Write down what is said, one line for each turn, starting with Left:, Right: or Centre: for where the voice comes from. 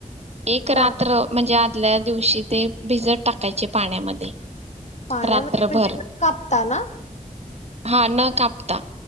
Right: एक
Left: हा
Right: रात्र म्हणजे आ मल्या दिवशी ते भिजत टाकायचे पाण्यामध्ये
Left: पाण्यामध्ये
Right: रात्रभर
Left: म्हणजे कापता ना.
Right: हा न कापता.